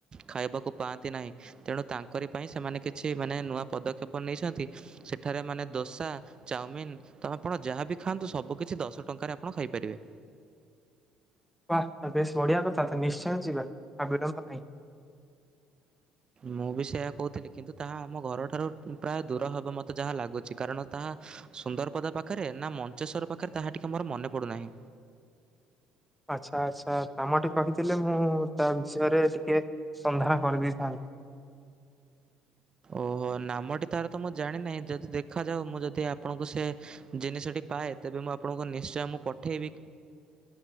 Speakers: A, on the right; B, in the centre.
A: ଖାଇବାକୁ ପାଆନ୍ତି ନାହିଁ ତେଣୁ ତାଙ୍କରି ପାଇଁ ସେମାନେ କିଛି ମାନେ ନୂଆ ପଦକ୍ଷେପ ନେଇଛନ୍ତି ସେଠାରେ ମାନେ ଦୋସା, ଚାଉମିନ୍ ତ ଆପଣ ଯାହାବି ଖାଆନ୍ତୁ ସବୁ କିଛି ଦଶ ଟଙ୍କାରେ ଆପଣ ଖାଇପାରିବେ।
B: ୱାହ୍ ପ ବେଶ୍ ବଢିଆ କଥା ତ ନିଶ୍ଚୟ ଯିବା ଆଉ ବିଳମ୍ବ ନାହିଁ।
A: ମୁଁ ବି ସେୟା କହୁଥିଲି କିନ୍ତୁ ତାହା ଆମ ଘରଠାରୁ ପ୍ରାୟ ଦୂର ହବ ମୋତେ ଯାହା ଲାଗୁଚି କାରଣ ତାହା ସୁନ୍ଦରପଦା ପାଖରେ ନା ମଞ୍ଚେଶ୍ଵର ପାଖରେ ତାହା ଟିକେ ମୋର ମନେ ପଡ଼ୁନାହିଁ।
B: ଆଚ୍ଛା ଆଚ୍ଛା, ନାମଟି କହିଥିଲେ ମୁଁ ତା ବିଷୟରେ ଟିକେ ସନ୍ଧାନ କରି ଦେଇଥାନ୍ତି।
A: ଓହୋ ନାମଟି ତାର ତ ମୁଁ ଜାଣିନାହିଁ ଯଦି ଦେଖାଯାଉ ମୁଁ ଯଦି ଆପଣଙ୍କୁ ସେ ଜିନିଷଟି ପାଏ ତେବେ ମୁଁ ଆପଣଙ୍କୁ ନିଶ୍ଚୟ ମୁଁ ପଠେଇବି।